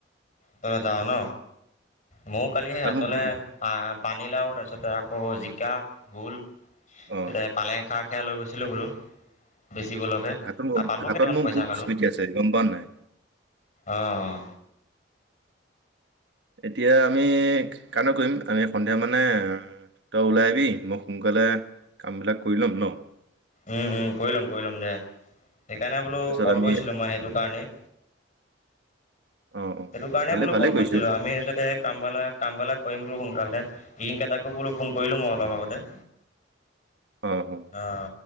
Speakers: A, on the left (about 40°); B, on the right (about 65°).
A: ত‌ই যাওঁ ন ময়‌ও কালি সেই
B: তাত
A: হাতলে
B: মোৰ বহুত
A: আহ। পানীলাও তাৰপিছতে আকৌ জিকা, ভোল
B: অ',
A: তাৰপিছতে পালেং শাক। সেয়া লৈ গৈছিলোঁ বোলো। বেচিব লাগে
B: ঘাটত মোৰ
A: আৰু পালো
B: ঘাটত
A: কেইটামান
B: মোৰ
A: পইচা
B: বহুত
A: পালো।
B: স্মৃতি আছে গম পাৱ নাই
A: আহ
B: এতিয়া আমি কানো কৰিম আমি সন্ধিয়া মানে তই ওলাই আহিবি মই সোনকালে কামবিলাক কৰি ল'ম ন।
A: উম-উম কৰি ল'ম কৰি ল'ম দে সেইকাৰণে বোলো
B: তাৰপিছত
A: কল
B: আমি
A: কৰিছিলো মই সেইটো কাৰণেই।
B: অ', অ',
A: সেইটোকাৰণে
B: ভালে
A: বোলো
B: ভালেই
A: কল কৰিছিলো
B: কৰিছোঁ
A: আমি তাৰপিছতে কাম পালে। কামবিলাক কৰিম বোলো সোনকালে ৰিনকে তাকো বোলো ফোন কৰিলো মই অলপ আগতে।
B: আহ
A: অ